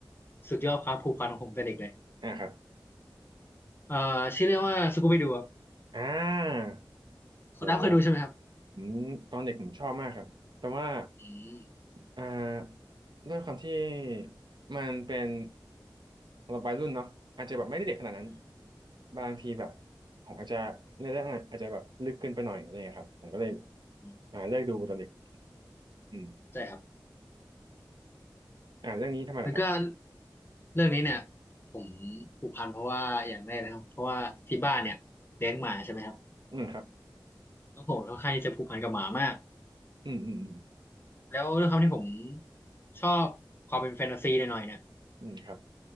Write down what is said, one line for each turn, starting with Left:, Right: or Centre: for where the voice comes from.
Left: สุดยอดความผูกพันของผมแต่เด็กเลย
Right: อ่าครับ
Left: เอ่อชื่อเรื่องว่าสกูไปดูครับ
Right: อ่า
Left: คุณน้ำเคยดูใช่ไหมครับ
Right: โหผมตอนเด็กผมชอบมากครับ แต่ว่า
Left: อืม
Right: อ่าด้วยความที่มันเป็นสำหรับวัยรุ่นเนาะอาจจะแบบไม่ได้เด็กขนาดนั้น
Left: อืม
Right: บางทีแบบผมอาจจะเนื้อเรื่องอาจจะแบบลึกเกินไปหน่อยอะไรเงี้ยครับผมก็เลย
Left: อืม
Right: อ่าเลิกดูตอนเด็กอืม
Left: ใช่ครับ
Right: อ่าเรื่องนี้ทำไมล่ะครับ
Left: แล้วก็เรื่องนี้เนี่ยผมผูกพันเพราะว่าอย่างแรกนะครับเพราะว่าที่บ้านเนี่ยเลี้ยงหมาใช่ไหมครับ
Right: อืมครับ
Left: แล้วผมค่อนข้างที่จะผูกพันกับหมามาก
Right: อืมอืมอืม
Left: แล้วด้วยความที่ผมชอบความเป็นแฟนตาซีหน่อยๆเนี่ย
Right: อืมครับ